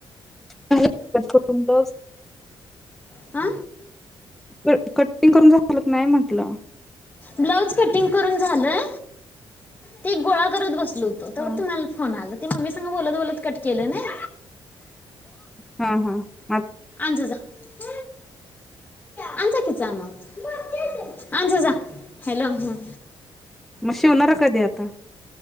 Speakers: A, in the centre; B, on the left.
A: <unintelligible>
B: आ
A: क क कटिंग करून झालं का नाय म्हटलं
B: ब्लाऊज कटिंग करून झालंय ते गोळा करत बस लो होतो तवर
A: हा
B: तुम्हाला फोन आला ते मम्मी संग बोलत बोलत कट केलं नय
A: हा हा मं आत
B: <inaudible> आण जा की जा मग मग ते दे आण जा जा हॅलो ह
A: म शिवणारा कधी आता